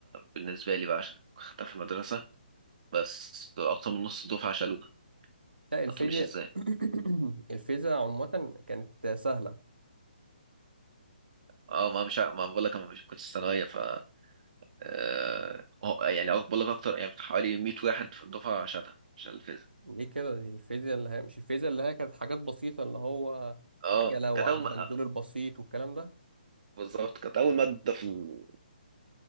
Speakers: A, on the right (about 50°); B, on the right (about 85°).
A: بالنسبة لي بقى عشان خدتها في المدرسة بس أكتر من نص الدفعة شالوها
B: لا الفيزياء
A: ما تقوليش ازاي
B: <coughs> الفيزياء عموما كانت سهلة
A: اه ما مش ع- ما بقول لك انا مش كنت ثانوية ف آه، هو- يعني بقول لك اكتر يعني بتاع حوالي 100 واحد في الدفعة شالها شال الفيزياء
B: ليه كده دي الفيزياء اللي هي مش الفيزياء اللي هي كانت حاجات بسيطة اللي هو
A: اه
B: عجلة والبندول
A: كانت اول ما...
B: البسيط والكلام ده
A: بالظبط كانت اول مادة في ال-